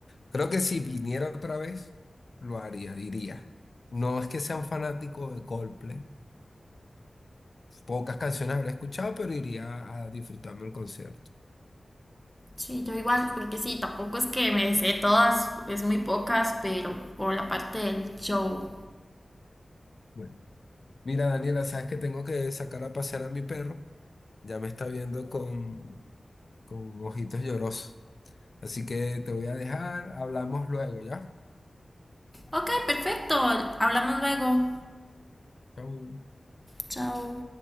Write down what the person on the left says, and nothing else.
Creo que si viniera otra vez, lo haría, diría. No es que sea un fanático de Coldplay, pocas canciones habré escuchado, pero iría a disfrutarme el concierto.
Bueno, mira, Daniela, sabes que tengo que sacar a pasear a mi perro. Ya me está viendo con con ojitos llorosos. Así que te voy a dejar, hablamos luego, ¿ya?
Chau.